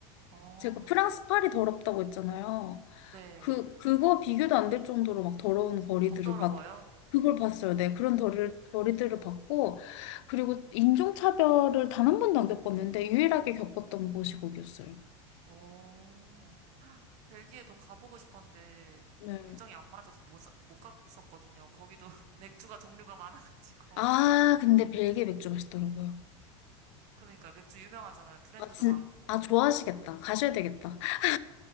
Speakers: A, on the right; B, on the left.
A: 어,
B: 제가 프랑스 파리 더럽다고 했잖아요.
A: 네.
B: 그, 그거 비교도 안 될 정도로 막 더러운 거리들을
A: 더더러워요?
B: 봤, 그걸 봤어요. 네, 그런 더리, 거리들을 봤고, 그리고 인종차별을 단 한 번도 안 겪었는데, 유일하게 겪었던 곳이 거기였어요.
A: 오, 아, 벨기에도 가보고 싶었는데,
B: 네.
A: 일정이 안 맞아서 못, 사- 못 갔었거든요. 거기도 <laughs> 맥주가 종류가 많아가지고.
B: 아, 근데 벨기에 맥주 맛있더라고요.
A: 그러니까 맥주 유명하잖아요. 브랜드도
B: 아, 진,
A: 많고.
B: 아, 좋아하시겠다. 가셔야 되겠다. <laughs>